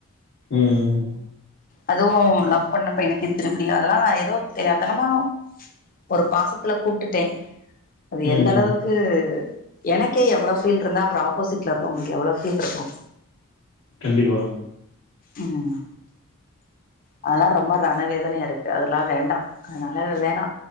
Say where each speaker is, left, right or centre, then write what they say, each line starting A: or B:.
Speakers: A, on the left (about 60°); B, on the left (about 40°).
A: உஹம்
B: அதுவு லவ் பண்ணப்ப இன்னைக்கு திருபுடி அதெல்லா ஏதோ தெரியாத்தனமா ஒரு பாசத்துல கூப்டுட்டே அது
A: ம்.
B: எந்த அளவுக்கு எனக்கே எவ்ளோ பீல்ருந்தா அப்ரோ ஆப்போசிட்ல இருக்கவுங்களுக்கு எவ்ளோ ஃபீல்ருக்கு
A: கண்டிப்பா
B: ம் அதெல்லா ரொம்ப ரணவேதனையா இருக்கு அதெல்லா வேண்டா அதனால <unintelligible> வேணா